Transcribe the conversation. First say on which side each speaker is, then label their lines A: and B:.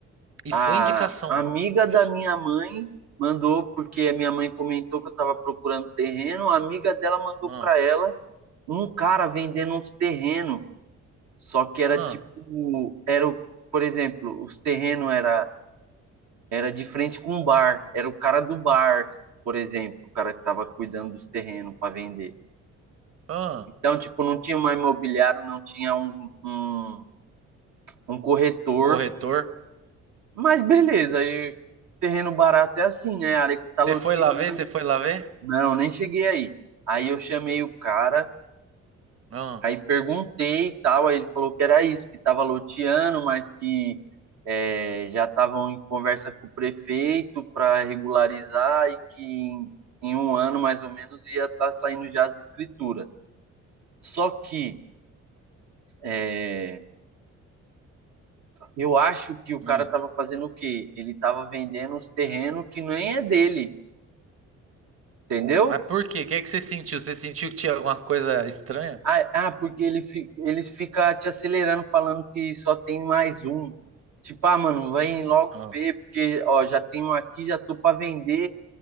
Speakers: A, on the right; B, on the right.
A: E
B: A
A: foi indicação.
B: amiga
A: Vixe.
B: da minha mãe mandou porque a minha mãe comentou que eu estava procurando terreno, a amiga dela mandou
A: Ah,
B: para ela um cara vendendo uns terrenos Só que era
A: ah,
B: tipo, era o, por exemplo, os terrenos era era de frente com um bar, era o cara do bar, por exemplo, o cara que estava cuidando dos terrenos para vender.
A: ah.
B: Então, tipo, não tinha uma imobiliária, não tinha um, um, um corretor,
A: Um corretor.
B: mas beleza, aí terreno barato é assim, né? A área que tá
A: Você
B: loteando.
A: foi lá ver? Você foi lá ver?
B: Não, nem cheguei aí. Aí eu chamei o cara
A: não
B: Aí perguntei e tal, aí ele falou que era isso, que estava loteando, mas que eh, já estavam em conversa com o prefeito para regularizar e que em, em um ano mais ou menos ia estar saindo já as escrituras. Só que eh, eu acho que o
A: hum.
B: cara estava fazendo o quê? Ele estava vendendo os terrenos que nem é dele, entendeu?
A: Pô, mas por quê? O que é que você sentiu? Você sentiu que tinha alguma coisa estranha?
B: Ah, ah, porque ele, fi- eles ficam te acelerando, falando que só tem mais um. Tipo, ah, mano, vem logo
A: Ah.
B: ver, porque, ó, já tem um aqui, já tô pra vender,